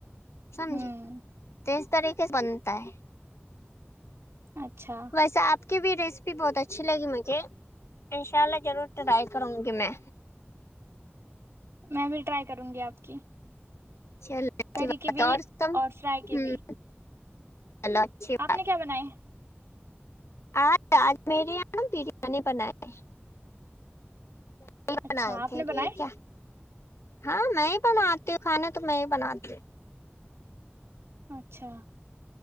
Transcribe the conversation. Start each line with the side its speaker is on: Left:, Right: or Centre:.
Left: سمج
Right: ہوں
Left: طریقے سے بنتا ہے
Right: اچھا
Left: ویسے آپ کی بھی ریسپی بہت اچھی لگی مجھے انشاء اللہ ضرور ٹرائی کروں گی میں
Right: میں بھی ٹرائی کروں گی آپ کی
Left: چل اچھی
Right: کری
Left: بات
Right: کے بھی
Left: سب
Right: اور فرائی کے
Left: ہ
Right: بھی
Left: چلو اچھی بات
Right: آپ نے کیا بنائے
Left: آج آج میرے یہ ن بریانی بنائے بنئے
Right: اچھا آپ
Left: تھے
Right: نے بنائے
Left: ٹھیک ہے ہاں میں ہی بناتی ہوں کھانا تو میں ہی بناتی ہوں
Right: اچھا